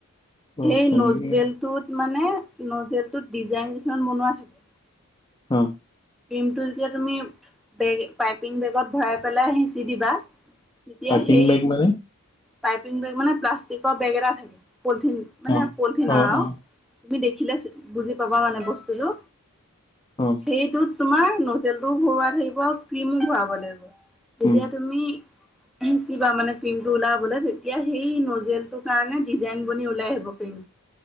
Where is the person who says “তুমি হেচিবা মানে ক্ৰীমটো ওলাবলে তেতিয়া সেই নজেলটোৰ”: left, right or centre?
Centre